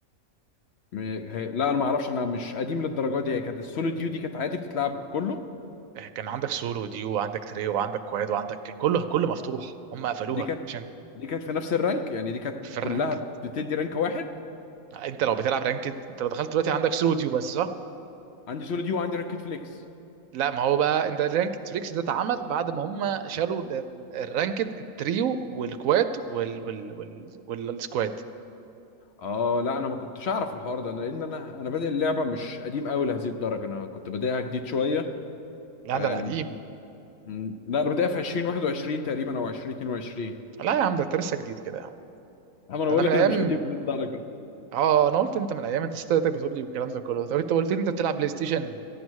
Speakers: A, on the left; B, on the right.
A: م- هي- لا انا ما اعرفش انا مش قديم للدرجه دي هي كانت السولو ديو دي كانت عادي بتتلعب كله
B: آه، كان عندك سولو وديو وعندك تريو وعندك كواد وعندك كان كله كله مفتوح هم قفلوها
A: دي كانت
B: عشان
A: دي كانت في نفس الرانك يعني دي كانت
B: في الرانكد
A: كلها بتدي رانك واحد
B: انت لو بتلعب رانكد انت لو دخلت دلوقتي عندك سولو وديو بس صح
A: عندي سولو دي وعندي رانكت فليكس
B: لا ما هو بقى انت الرانكد فليكس ده اتعمل بعد ما هم شالوا ال- ال- الرانكد التريو والكواد وال وال وال والسكواد
A: اه لا انا ما كنتش اعرف الحوار ده انا لان انا انا بادئ اللعبه مش قديم قوي لهذه الدرجه انا كنت بادئها جديد شويه
B: لا
A: ب- يعني
B: ده القديم
A: م- لا انا بادئها في 2021 تقريبا او 2022
B: لا يا عم ده انت لسه جديد كده يا عم
A: اما انا
B: ده
A: بقول
B: انا من
A: لك
B: ايام
A: انا مش قديم للدرجه
B: اه انا قلت انت من ايام انت ستاتك بتقول لي والكلام ده كله طب انت قلت لي انت بتلعب بلاي ستيشن